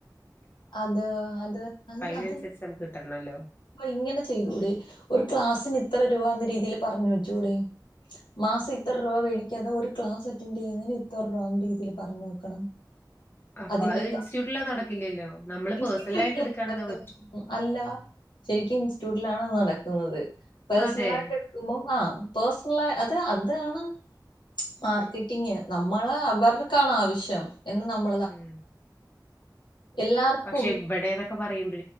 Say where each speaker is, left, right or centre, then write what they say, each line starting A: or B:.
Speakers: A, on the left; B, on the left.
A: അത് അത്
B: അപ്പൊ അതിനനുസരിച്ച്
A: അത്
B: നമുക്ക് കിട്ടണല്ലോ
A: ഇങ്ങനെ ചെയ്തൂടെ ഒരു ക്ലാസ്സിന് ഇത്ര രൂപ രീതിയിൽ പറഞ്ഞ വെച്ചുൂടെ മാസം ഇത്ര രൂപ മേടിക്കാതെ ഒരു ക്ലാസ് അറ്റൻഡ് ചെയ്യുന്നതിന് ഇത്ര രൂപ എന്ന രീതിയിൽ പറഞ്ഞ വെക്കണം
B: അപ്പൊ
A: അതിന്റെ
B: അത് ഇൻസ്റ്റിറ്റ്യൂട്ടില് നടക്കില്ലല്ലോ നമ്മള്
A: <unintelligible>
B: പേഴ്സണൽ ആയിട്ട് എടുക്കാണെങ്കിൽ പറ്റും
A: അല്ല ശരിക്കും ഇൻസ്റ്റിറ്റ്യൂട്ടിലാണ് നടക്ക ക്കുന്നത് പേസണലാട്ടെടുക്കുമ്പോ
B: അതെ
A: ആ പേഴ്സണല അത് അതാണ് മാർക്കറ്റിങ് നമ്മള് അവർക്കാണ് ആവശ്യം എന്ന് നമ്മ
B: ഉം
A: എല്ലാർക്കും
B: പക്ഷെ
A: മിക്ക
B: ഇവിടെ ഒക്കെ പറയുംം